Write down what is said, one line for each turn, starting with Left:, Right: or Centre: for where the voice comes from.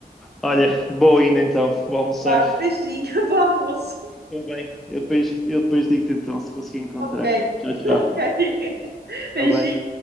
Centre: Olha, boa ainda então. Vou almoçar.
Right: Vá, beijinho, <laughs> bom almoço.
Centre: Está bem. Eu depois, eu depois digo-te então se consegui encontrar.
Right: Ok,
Centre: Tchau,
Right: <laughs>
Centre: tchau.
Right: ok.
Centre: Está
Right: Beijinho.
Centre: bem.